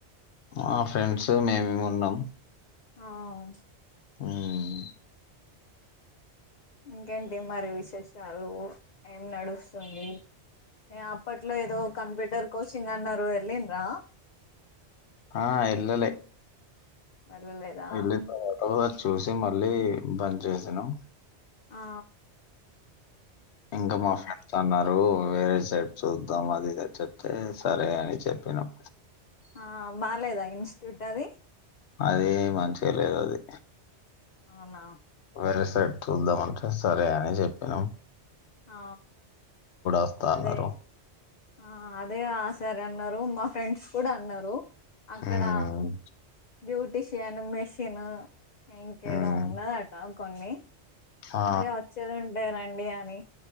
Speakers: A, on the left; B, on the left.
A: మా ఫ్రెండ్స్ మేమేమి ఉన్నం.
B: ఆవ్
A: మఉమ్
B: ఇంకేంటి మరి విశేషాలు ఏం నడుస్తుంది? ఎ అప్పట్లో ఏదో కంప్యూటర్ కోచింగ్ అన్నరు వెల్లీన్రా?
A: ఆ ఎల్లలే
B: వెళ్ళలేదా
A: ఎల్లి ఆ తర్వాత చూసి మళ్ళీ బంద్ చేసినం.
B: ఆ
A: ఇంక
B: అవునా
A: మా ఫ్రెండ్స్ అన్నారు. రు వేరే సైడ్ చూద్దాం అది ఇది అని చెప్తే సరే అని చెప్పినం.
B: ఆ బాలేదా ఇన్స్టిట్యూట్ అది?
A: అది మంచిగ లేదది
B: అవునా
A: వేరే సైడ్ చూద్దాం అంటే సరే అని చెప్పినం.
B: ఆ
A: వస్తా
B: అదే
A: అన్నారు
B: ఆ అదే ఆ సరన్నారు, మా ఫ్రెండ్స్ కూడా అన్నరు అక్కడ
A: ఉమ్,
B: బ్యూటిషియన్, మెషిన్ ఇంకేదో
A: ఉమ్,
B: ఉన్నదట కొన్ని,
A: ఆ,
B: మరి వచ్చేది ఉంటేయి రండి అని